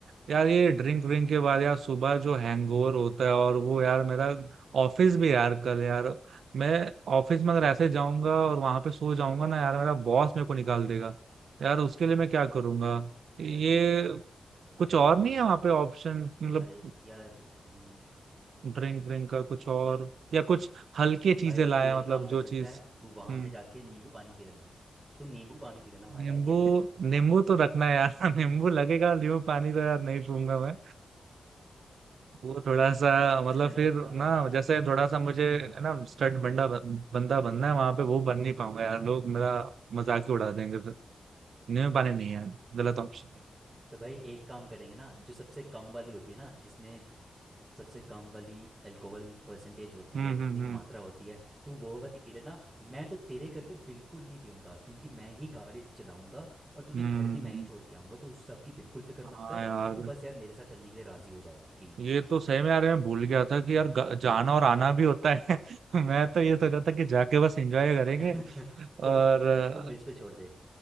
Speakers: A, on the right (about 80°); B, on the right (about 20°).
A: यार ये ड्रिंक व्रिंक के बाद यार सुबह जो हैंगओवर
B: हम्म,
A: होता है और वो यार मेरा ऑफिस भी यार कल यार मैं ऑफिस में अगर ऐसे जाऊंगा और वहां पे सो जाऊंगा ना यार मेरा बॉस मेरे को निकाल देगा यार उसके लिए मैं क्या करूंगा ये
B: अरे यार
A: कुछ और नहीं है वहां पे ऑप्शन मतलब
B: अरे यार हम्म,
A: ड्रिंक ड्रिंक का कुछ और या कुछ हल्की चीजें
B: भाई अब
A: लाया
B: तू एक
A: मतलब
B: काम कर
A: जो
B: सकता
A: चीज
B: है तू वहां
A: हम्म
B: पे जाके नींबू पानी पी लेना तू नींबू पानी पी लेना वहां
A: नींबू
B: जाके
A: नींबू तो रखना है यार <laughs> नींबू लगेगा नींबू पानी तो यार नहीं पीऊंगा मैं वो थोड़ा सा
B: हाँ
A: मतलब फिर ना जैसे थोड़ा सा मुझे है ना स्टड बंदा बंदा बनना है वहां पे वो बन नहीं पाऊंगा यार लोग मेरा मजाक ही उड़ा देंगे फिर नहीं पाने नहीं है गलत ऑप्शन है
B: तो भाई एक काम करेंगे ना जो सबसे कम वाली होती है ना जिसमें सबसे कम वाली अल्कोहल परसेंटेज होती
A: हम्म
B: है जितनी
A: हम्म
B: भी
A: हम्म
B: मात्रा होती है तो वो वाली पी लेना मैं तो तेरे करके बिल्कुल नहीं पीऊंगा क्योंकि मैं ही गाड़ी चलाऊंगा और तुझे
A: हम्म
B: घर भी मैं ही छोड़ के आऊंगा तो उस सब की बिल्कुल फिक्र
A: हाँ
B: मत कर
A: यार
B: तू बस यार मेरे साथ चलने के लिए राजी हो जा यार प्लीज
A: ये तो सही में यार मैं भूल गया था कि यार ग- जाना और आना भी होता है <laughs> मैं तो ये सोचा था कि जाके बस एंजॉय करेंगे
B: <laughs> तुम
A: और अ,
B: तुम मुझ पे छोड़ दे